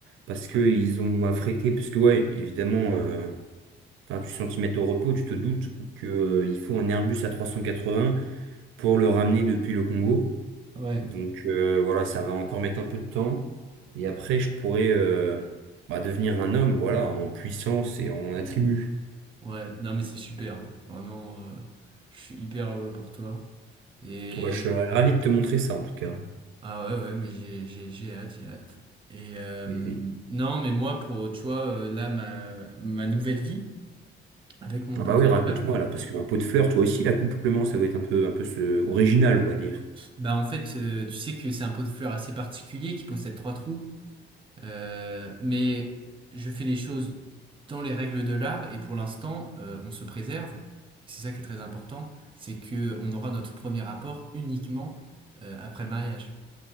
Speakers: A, on the right; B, on the right.
A: Parce qu'ils
B: Ouais.
A: ont affrété, parce que, ouais, évidemment. euh, Enfin, tu centimètres au repos, tu te doutes que, euh, il faut un Airbus A380 pour le ramener depuis le Congo.
B: Ouais.
A: Donc euh, voilà, ça va encore mettre un peu de temps. Et après, je pourrais euh, bah, devenir un homme, voilà, en puissance et en attributs.
B: Ouais, non mais c'est super, hein. Vraiment, euh, je suis hyper heureux pour toi. Et
A: Bah, je serais ravi de te montrer ça en tout cas.
B: ah ouais, ouais, mais j'ai j'ai j'ai hâte, j'ai hâte. Et euh,
A: Et puis-
B: non, mais moi pour euh, tu vois euh, là ma ma nouvelle vie avec mon
A: Ah
B: pot
A: bah
B: de
A: oui, raconte-moi
B: fleurs,
A: là, parce qu'un pot de fleurs, toi aussi, l'accouplement, ça doit être un peu, un peu ce- original, on va dire.
B: bah en fait euh, tu sais que c'est un pot de fleurs assez particulier qui possède trois trous. Euh, mais je fais les choses dans les règles de l'art et pour l'instant, euh, on se préserve. C'est ça qui est très important, c'est que on aura notre premier rapport uniquement euh, après le mariage.